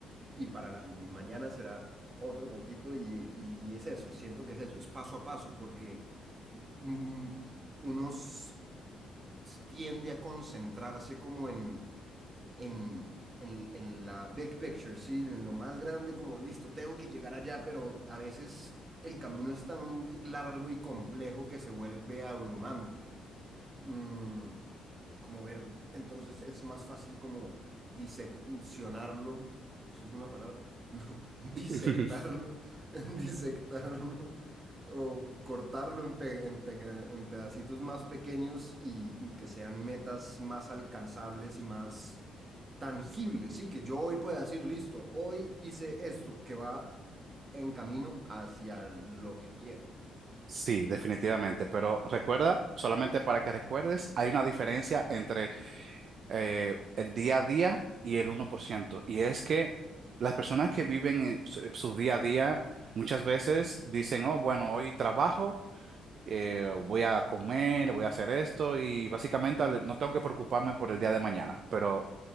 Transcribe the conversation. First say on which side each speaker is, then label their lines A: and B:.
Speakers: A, on the right (about 35°); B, on the right (about 60°).
A: y para adelante, y mañana será otro poquito y, y- y es eso, siento que es eso, es paso a paso, porque mm, mm, uno s- tiende a concentrarse como en en, en- en la big picture, ¿sí? En lo más grande, como listo, tengo que llegar allá, pero a veces el camino es tan largo y complejo que se vuelve abrumante. Mm, como ver, entonces es más fácil como diseccionarlo. ¿Eso es una palabra? <laughs> No, disectarlo,
B: <laughs>
A: <laughs> disectarlo o cortarlo en, pe- en pe- en pedacitos más pequeños y, y que sean metas más alcanzables y más tangible, sí, que yo hoy pueda decir, listo, hoy hice esto que va en camino hacia lo que quiero.
B: Sí, definitivamente, pero recuerda, solamente para que recuerdes, hay una diferencia entre eh, el día a día y el uno por ciento y es que las personas que viven en su, su día a día muchas veces dicen, oh, bueno, hoy trabajo eh, voy a comer, voy a hacer esto y básicamente al- no tengo que preocuparme por el día de mañana, pero